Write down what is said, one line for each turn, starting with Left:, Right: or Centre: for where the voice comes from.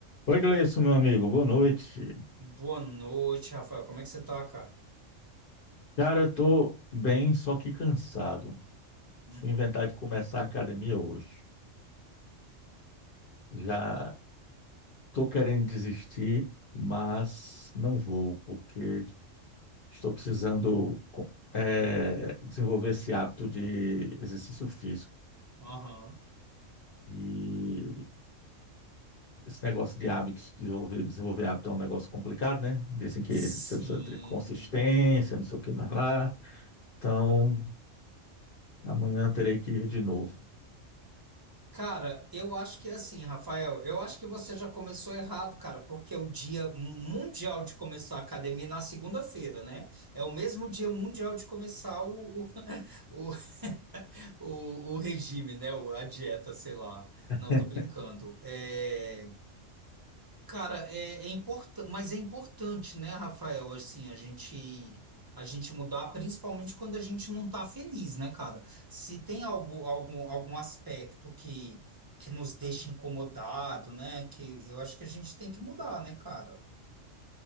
Left: Oi, Gleison, meu amigo, boa noite.
Right: Boa noite, Rafael. Como é que você tá, cara?
Left: Cara, eu tô bem, só que cansado. Fui
Right: Uhum.
Left: inventar de começar a academia hoje. Já tô querendo desistir, mas não vou, porque estou precisando co- eh, desenvolver esse hábito de exercício físico.
Right: Aham.
Left: E esse negócio de hábitos, desenvolver, desenvolver hábito é um negócio complicado, né? Dizem que
Right: Sim.
Left: você precisa ter consistência, não sei o que mais lá. Então, amanhã terei que ir de novo.
Right: Cara, eu acho que é assim, Rafael, eu acho que você já começou errado, cara, porque é o dia mundial de começar a academia é na segunda-feira, né? É o mesmo dia mundial de começar o, o, <laughs> o, o o regime, né? O- A dieta, sei lá.
Left: <laughs>
Right: Não, tô brincando. É. Cara, é, é importante, mas é importante, né, Rafael, assim, a gente a gente mudar, principalmente quando a gente não tá feliz, né, cara? Se tem algo, algum, algum aspecto que, que nos deixa incomodado, né, que eu acho que a gente tem que mudar, né, cara?